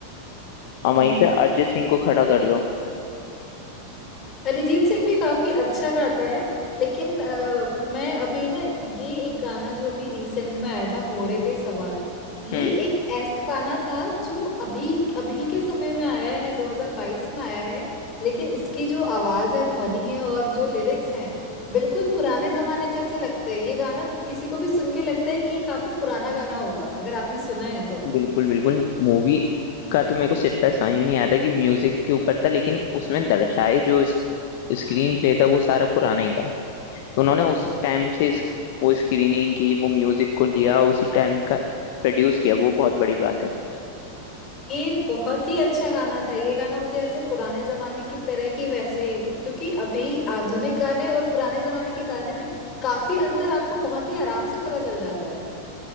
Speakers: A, on the left; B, on the left.
A: और
B: हम्म
A: वहीं पे अरिजीत सिंह को खड़ा कर दो
B: अरिजीत सिंह भी काफी अच्छा गाता है लेकिन अ, मैं अभी ना ये एक गाना जो अभी रिसेंट में आया था घोड़े पे सवार ये
A: हम्म,
B: एक ऐसा गाना था जो अभी अभी के समय में आया है 2022 में आया है लेकिन इसकी जो आवाज है ध्वनि है और जो लिरिक्स हैं बिल्कुल पुराने जमाने जैसे लगते हैं ये गाना किसी को भी सुन के लगता है कि ये काफी पुराना गाना होगा अगर आपने सुना है तो
A: बिल्कुल बिल्कुल मूवी का तो मेरे को सिर पैर समझ में नहीं आया था कि म्यूजिक के ऊपर था लेकिन उसमें दर्शाए जो स्क्रीन प्ले था वो सारा पुराना ही था तो उन्होंने उसी टाइम से इस, वो स्क्रीनिंग की वो म्यूजिक को लिया उसी टाइम का प्रोड्यूस किया वो बहुत बड़ी बात है
B: ये बहुत ही अच्छा गाना था ये गाना मुझे ऐसे पुराने जमाने की तरह ही वैसे क्योंकि अभी आधुनिक गाने और पुराने जमाने के गाने में काफी अंतर आपको बहुत ही आराम से पता चल जाता है